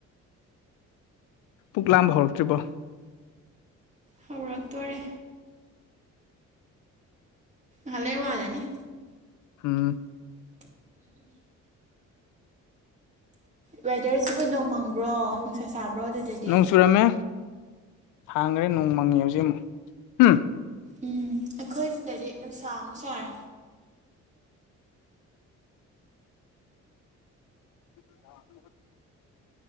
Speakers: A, on the left (about 85°); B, on the right (about 25°).
A: ꯄꯨꯛ ꯂꯥꯝꯕ ꯍꯧꯔꯛꯇ꯭ꯔꯤꯕ꯭ꯔꯣ
B: ꯍꯔ ꯇꯔꯦ ꯍꯂ ꯋꯥꯖꯅꯤ
A: ꯎꯝ
B: ꯋꯦꯗꯔꯁꯤꯕꯨ ꯅꯣꯡꯃꯪꯕ꯭ꯔꯣ ꯅꯨꯡꯁꯥ ꯁꯥꯕ꯭ꯔꯣ ꯑꯗꯨꯗꯗꯤ
A: ꯅꯣꯡ ꯆꯨꯔꯝꯃꯦ ꯍꯥꯡꯈ꯭ꯔꯦ ꯅꯣꯡ ꯃꯪꯉꯤ ꯍꯧꯖꯤꯛ ꯑꯃꯨꯛ ꯎꯝ
B: ꯎꯝ ꯑꯩꯈꯣꯏ ꯁꯤꯗꯗꯤ ꯅꯨꯡꯁꯥ ꯑꯃꯨꯛ ꯁꯥꯔꯦ
A: ꯑ